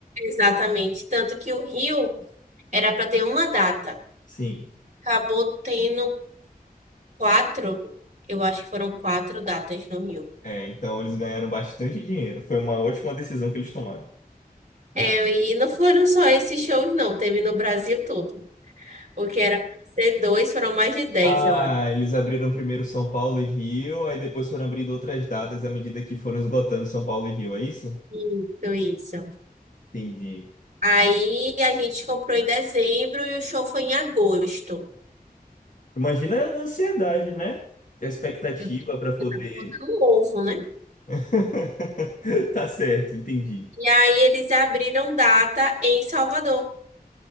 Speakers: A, on the right; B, on the left.
A: Exatamente, tanto que o Rio era para ter uma data.
B: Sim.
A: Acabou tendo quatro. Eu acho que foram quatro datas no Rio.
B: É, então eles ganharam bastante dinheiro. Foi uma ótima decisão que eles tomaram.
A: É, e não foram só esses shows, não. Teve no Brasil todo. O que era para ser dois, foram mais de dez,
B: Ah,
A: eu acho.
B: eles abriram primeiro São Paulo e Rio, aí depois foram abrindo outras datas à medida que foram esgotando São Paulo e Rio, é isso?
A: Isso, isso.
B: Entendi.
A: Aí a gente comprou em dezembro e o show foi em agosto.
B: Imagina a ansiedade, né? A expectativa
A: Eu, tô-
B: para poder.
A: eu tava botando Um ovo, né?
B: <laughs> Tá certo, entendi.
A: E aí eles abriram data em Salvador,